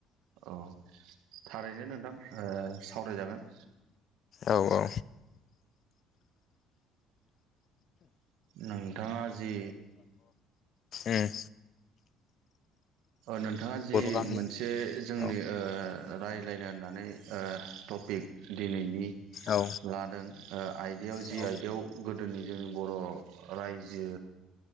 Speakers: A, on the right (about 80°); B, on the left (about 45°).
A: औ थारैनो नोंथां ओ सावरायजागोन।
B: औ औ।
A: नोंथाङा जि
B: ओम
A: नोंथाङा जि
B: गामि
A: मोनसे जोंनि
B: औ
A: ओ। रायज्लायनो होननानै ओ टपिक दिनैनि।
B: औ
A: लादों ओ आयदायाव जि
B: औ
A: आयदायाव गोदोनि जोंनि बर' रायजो